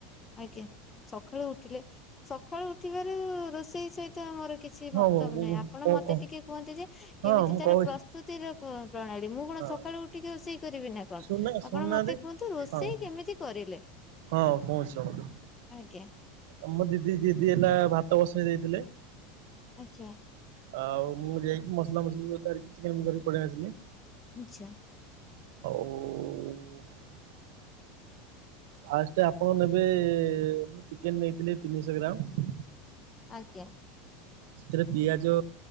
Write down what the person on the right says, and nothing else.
ହଁ
ମୁଁ
କଣ
କହ
ହଁ
ମୁଁ
କହୁଛି
ହଁ
ଶୁଣୁନା ଶୁଣୁନାହାନ୍ତି।
ହଁ
ହଁ କହୁଛି ଶୁଣନ୍ତୁ।
ଆମ ଦିଦି, ଦିଦି ହେଲା ଭାତ ବସେଇ ଦେଇଥିଲେ।
ଆଉ ମୁଁ ଯାଇକି ମସଲା ମସଲି ଧରିକି ଚିକେନ ଧରିକି ପଳେଇ ଆସିଲି।
<inaudible> ଫାଷ୍ଟ ଆପଣ ନେବେ ମୁଁ ଚିକେନ ନେଇଥିଲି ତିନିଶହ ଗ୍ରାମ
ସେଥିରେ ପିଆଜ